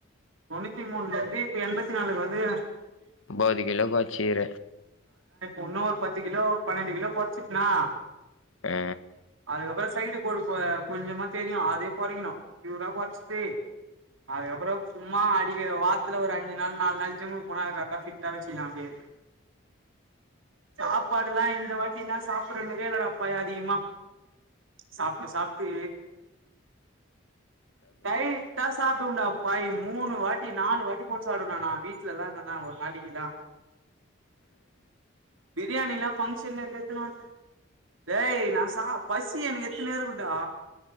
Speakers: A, on the right; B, on the left.
A: தொண்ணூத்தி மூணுலருந்து இப்ப எண்பத்தி நாலுக் வந்துக்குற
B: பாதி கிலோ கொறச்சிக்ற
A: உன்னு ஒரு பத்து கிலோ பன்னெண்டு கிலோ பொறைச்சுட்ண்ணா
B: ஆ
A: அதுக்கப்பறொ சைடு கொழுப்பு கொஞ்சமா தெரியு அதேயு கொறைக்கணு யூரா கொறச்சிட்டு அதுக்கப்பறோ சும்மா அய் டிங்கெ வாரத்துல ஒரு அஞ்சு நாள் நாலு நாள் ஜிம்முக்கு போனா அது கரக்டா ஃபிட்டா வச்சிக்கலா அப்டியே சாப்பாடுல்லா இந்த வாட்டில்லா சாப்புடுற மாரியே இல்லடா பய அதிகமா சாப்ட்டு சாப்ட்டு டைட்டா சாப்டுவோம்டா பாய் மூணு வாட்டி நாலு வாட்டி போட்டு சாப்டுவனா நா வீட்டுல எல்லா இருந்தன்னா ஒரு நாளைக்கிலா பிரியாணிலா பங்க்ஷன்ல இருந்து எத்துனு வந்ட்ட டேய் நா சா பசி எனக்கு எத்துனே இருக்குன்டா